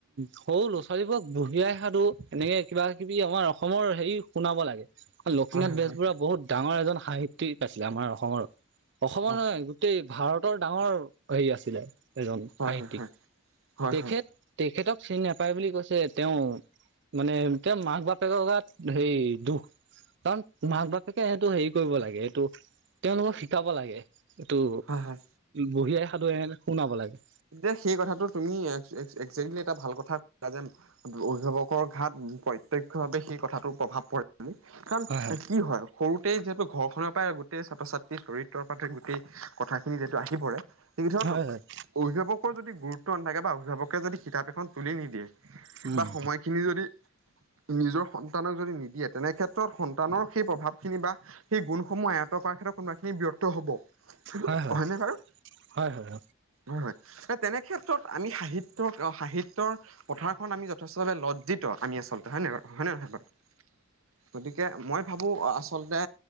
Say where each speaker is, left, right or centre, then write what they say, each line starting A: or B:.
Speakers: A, on the right (about 55°); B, on the right (about 75°).
A: সৰু ল'ৰা- ছোৱালীবোৰক বুঢ়ি আই সাধু এনেকে কিবা কিবি আমাৰ অসমৰ হেৰি শুনাব লাগে। লক্ষ্মীনাথ
B: হয় হয়
A: বেজবৰুৱা
B: হয়
A: বহুত ডাঙৰ এজন সাহিত্যিক আছিলে আমাৰ অসমৰ। অসমৰ
B: অ
A: নহয় গোটেই ভাৰতৰ ডাঙৰ হেৰি আছিলে। এজন
B: হয়
A: সাহিত্যিক,
B: হয় হয় হয় হয়
A: তেখেত
B: হয় হয়
A: তেখেতক চিনি নাপায় বুলি কৈছে তেওঁ মানে তেওঁ মাক বাপেক গাত হেৰি দুখ কাৰণ মাক বাপেকে এইটো হেৰি কৰিব লাগে এইটো তেওঁলোকক শিকাব লাগে। এইটো
B: হয় হয় হয়
A: বুঢ়ি আই সাধু শুনাব লাগে।
B: দে সেই কথাটো তুমি এ একজেকলি এটা ভাল কথা কলা যে অভিভাৱকৰ ঘাট প্ৰত্যক্ষ ভাৱে সেই কথাটো প্ৰভাৱ পৰে। কাৰণ
A: হয়
B: কি হয় সৰুতেই যিহেতু ঘৰখনৰ পৰাই গোটেই ছাত্ৰ ছাত্ৰী দ্ৰৰিদ্ৰৰ পাৰি গোটেই কথাখিনি যিহেটো আহি পৰে, সেই ধৰক
A: হয় হয় হয়
B: অভিভাৱকৰ যদি গুৰুত্ব নাথাকে বা অভিভাৱক যদি কিতাপ এখন তুলি নিদিয়ে
A: উম
B: বা সময়খিনি যদি নিজৰ সন্তানক যদি নিদিয়ে তেনে ক্ষেত্ৰত সন্তানৰ সেই প্ৰভাৱ খিনি বা সেই গুণসমূহ আয়তৰ কৰাৰ ক্ষেত্ৰত কোনোবাখিনি ব্যৰ্থ হব।
A: হয় হয়,
B: হয়নে বাৰু
A: হয় হয়।
B: হয় হয় তেনে ক্ষেত্ৰত আমি সাহিত্য সাহিত্যৰ পথাৰখন আমি যথেষ্টভাৱে লজ্জি ত আমি আচলতে হয় ন হয় ন নহয়? গতিকে মই ভাবো আচলতে